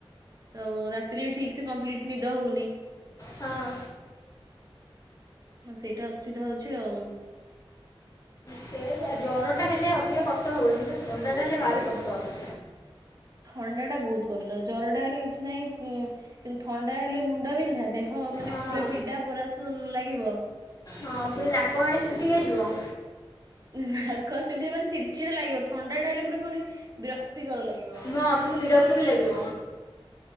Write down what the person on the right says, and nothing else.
ତ ରାତିି ବି ଠିକ୍ ସେ କମ୍ପ୍ଲିଟ୍ ନିଦ ହଉନି।
ହଁ, ସେଇଟା ଅସୁବିଧା ହଉଛି ଆଉ!
ଥଣ୍ଡା ଟା ବହୁତ କଷ୍ଟ। ଜରଟା ହେଲେ କିଛି ନାହିଁ ଉଁ କିନ୍ତୁ ଥଣ୍ଡା ହେଲେ ମୁଣ୍ଡ ବିନ୍ଧା, ଦେହ ମାନେ
ପୁରା ପିଡା ପୁରା ଶୂନ୍ ଲାଗିବ।
ନାକ ଚୁଣ୍ଟି ମାନେ, ଚିଡ଼ଚିଡା ଲାଗିବ। ଥଣ୍ଡା ଟା ହେଲା ପରେ ପୁଣି ବିରକ୍ତିକର ଲାଗିବ।